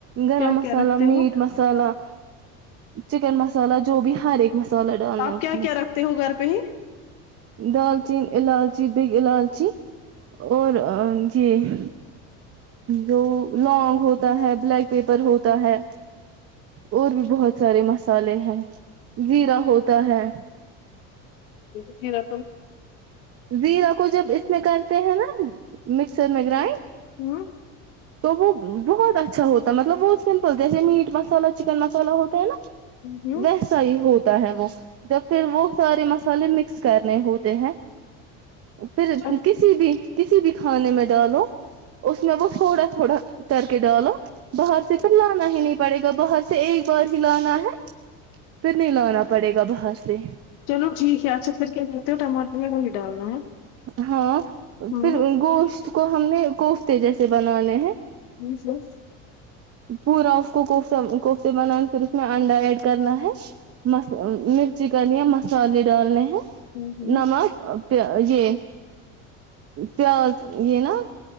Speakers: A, on the right; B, on the left.
A: گرم
B: کیا
A: مسالا
B: کیا رکھتے
A: میٹ
B: ہو
A: مسالا چکن مسالہ جو بھی ہر ایک مسالہ ڈالنا
B: آپ
A: ہے اس
B: کیا
A: میں
B: کیا رکھتے ہو گھر پہ ہی
A: دالچین الالچی بگ الالچی اور یہ جو لونگ ہوتا ہے بلیک پیپر ہوتا ہے اور بھی بہت سارے مسالے ہیں زیرا ہوتا ہے
B: جیا
A: زیرا کو جب اس میں کرتے ہیں نا مکسر میں گرائنڈ
B: ہوں
A: تو وہ بہت اچھا ہوتا ہے مطلب وہ سمپل جیسے میٹ مسالہ چکن مسالا ہوتا ہے نا
B: ہوں
A: ویسا ہی ہوتا تا ہے وہ جب پھر وہ سارے مس سے مکس کرنے ہو ہیں پھر
B: اچھا
A: کسی بھی کسی بھی کھانے میں ڈالو اس میں وہ تھوڑا تھوڑا کر کے ڈالو باہر سے پھر لانا ہی نہیں پڑے گا باہر سے ایک بار ہی لانا ہے پھر نہیں لانا پڑے گا باہر سے
B: چلو ٹھیک ہے اچھا پھر کیا کرتے ہو ٹماٹر میں نے نہیں ڈالنا ہے
A: ہاں
B: ہاں
A: پھر گوشت کو ہم نے گوشت تجی سے بنانے ہیں <inaudible>
B: ج سس <unintelligible>
A: پورا اس کوفہ کوفتے بنانے پھر اس میں انڈا ایڈ کرنا ہے مرچی کرنی ہے مسالے ڈالنے ہیں
B: ہوں ہوں
A: نم یہ پیاز یہ نا